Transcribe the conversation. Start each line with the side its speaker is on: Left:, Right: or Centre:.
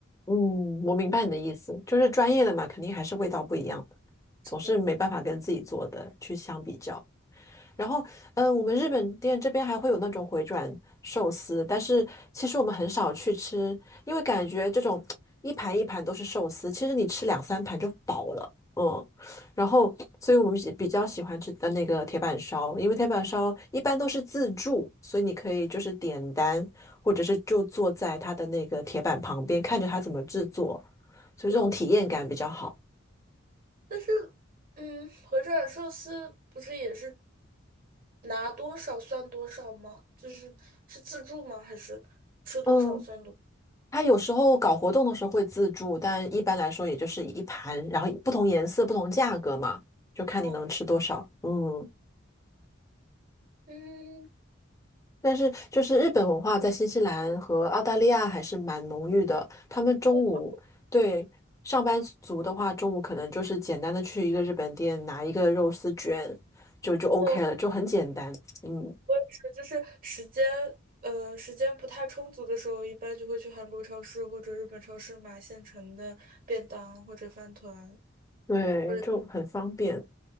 Left: 嗯，我明白你的意思，就是专业的嘛，肯定还是味道不一样的，总是没办法跟自己做的去相比较。
Right: 是的。
Left: 然后，
Right: 没
Left: 嗯我们日本店这边还会有那种回转寿司，但是其实我们很少去吃，因为感觉这种一盘一盘都是寿司，其实你吃两三盘就饱了，嗯。然后，所以我们比比较喜欢吃的那个铁板烧，因为铁板烧一般都是自助，所以你可以就是点单，或者是就坐在它的那个铁板旁边，看着它怎么制作，所以这种体验感比较好。
Right: 错，但是，嗯，回转寿司不是也是拿多少算多少吗？就是是自助吗？还是吃多少算多？
Left: 嗯。它有时候搞活动的时候会自助，但一般来说也就是一盘，然后不同颜色、不同价格嘛，就看你能吃多少。
Right: 嗯
Left: 嗯，
Right: 嗯，
Left: 但是就是日本文化在新西兰和澳大利亚还是蛮浓郁的。他们中午对上班族的话，
Right: 我
Left: 中午可能就是简单的去一个日本店拿一个肉丝卷，就就 OK
Right: 我
Left: 了，就很简单。嗯，
Right: 我也是，就是时间，呃，时间不太充足的时候，一般就会去韩国超市或者日本超市买现成的便当或者饭团，
Left: 对，
Right: 或者
Left: 就很方便。